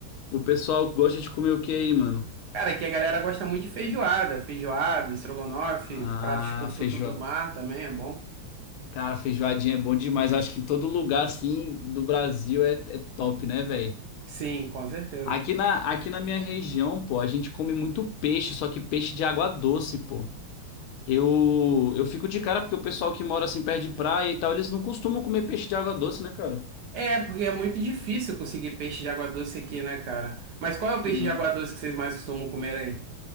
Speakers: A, on the left; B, on the right.
A: O pessoal gosta de comer o que aí, mano?
B: Cara, aqui a galera gosta muito de feijoada, feijoada, estrogonofe,
A: Ah,
B: pratos com fruto
A: feijoada.
B: do mar também é bom.
A: Cara, feijoadinha é bom demais. Acho que em todo lugar, assim, do Brasil é, é top, né, velho?
B: Sim, com certeza.
A: Aqui na, aqui na minha região, pô, a gente come muito peixe, só que peixe de água doce, pô. Eu, eu fico de cara porque o pessoal que mora assim perto de praia e tal, eles não costumam comer peixe de água doce, né, cara?
B: É, porque é muito difícil conseguir peixe de água doce aqui, né, cara? Mas qual é o peixe
A: Né?
B: de água doce que vocês mais costumam comer aí?